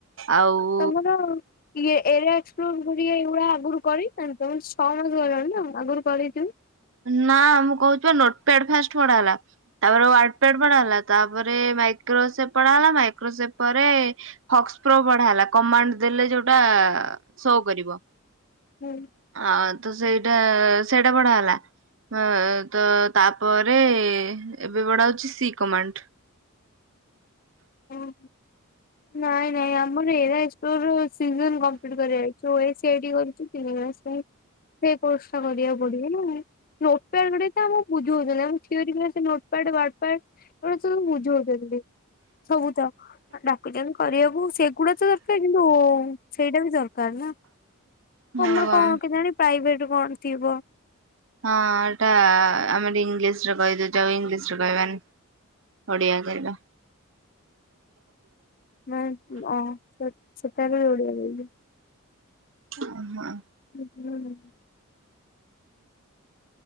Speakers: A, on the right; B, on the left.
A: ଆଉ।
B: ତମର ଇଏ ଏରେ ଏକ୍ସପ୍ଲୋର କରଇଗୁଡଆ ଆଗରୁ କରି ଛଅ ମାସ ଗଲଣିନା ତ ଆଗରୁ କରିଥିବୁ।
A: ନା ମୁଁ କହୁ ନୋଟ୍ ପ୍ୟାଡ୍ ଫାଷ୍ଟ ବଢା ହେଲା ତାପରେ ୱାର୍ଡ ପ୍ୟାଡ୍ ବଢା ହେଲା। ତାପରେ ମାଇକ୍ରୋସେପ ପଢା ହେଲା ମାଇକ୍ରୋସେପ ପରେ ଫକ୍ସ ପ୍ରୋ ପଢା ହେଲା କମାଣ୍ଡ ଦେଲେ ଯୋଉଟା ଶୋ କରିବ।
B: ହୁଁ।
A: ଆଉ ତ ସେଇଟା ସେଇଟା ପଢା ହେଲା। ହ ତ ତାପରେ ଏବେ ପଢା ହଉଛି ସି କମାଣ୍ଡ୍।
B: ଓ ହୋ। ନାଇଁ ନାଇଁ ଆମ ଆମର ଏରା ଏକ୍ସପ୍ଲୋର୍ ର ସିଜନ୍ କମ୍ପ୍ଲିଟ୍ କରାହେଇଛି ଓ ଏ ସି ଏଡି କରୁଚୁ ତିନି ମାସ ପାଇଁ। ସେ କୋର୍ସ ଟା କରିବାକୁ ପଡିବ ନା। ନୋଟ୍ ପ୍ୟାଡ଼୍ ଗୁଡିକ ଆମକୁ ବୁଝଉ ଥିଲେ ଆମ ଥିଓରୀ କ୍ଲାସ ରେ ନୋଟ୍ ପ୍ୟାଡ଼୍ ୱର୍ଡ ପ୍ୟାଡ଼୍ ଏଉଡା ସବୁ ବୁଝଉଛନ୍ତି। ସବୁ ତ ଡାକୁଛନ୍ତି କରିବାକୁ ସେଗୁଡା ତ ଦରକାର କିନ୍ତୁ ସେଇଟା ବି ଦରକାର ନା।
A: ହଉ
B: ତମର କଣ
A: ଆମ
B: କେଜାଣି ପ୍ରାଇଭେଟ କଣ ଥିବ।
A: ହଁ ଏଇଟା ଆମେ ଏଟି ଇଂଲିଶ ରେ କହି ଦୋଉଚ ଇଂଲିଶ ରେ କହିବାନି। ଓଡ଼ିିଆ କଇଲ।
B: ମ ଅ ସେ ସେତେବେଳେ ଓଡ଼ିିଆ କଇଲି।
A: ଅ ହଁ
B: <unintelligible>